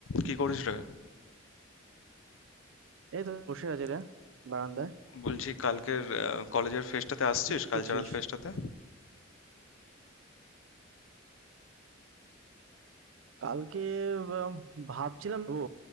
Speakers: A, on the left; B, on the right.
A: কি করিস রে
B: এই তো বসে আছি রে বারান্দায়
A: বলছি কালকের কলেজের ফেস্টটাতে আসছিস
B: তুই কি
A: কালচারাল
B: করছিস
A: ফেস্টটাতে
B: কালকে উম, ভাবছিলাম ও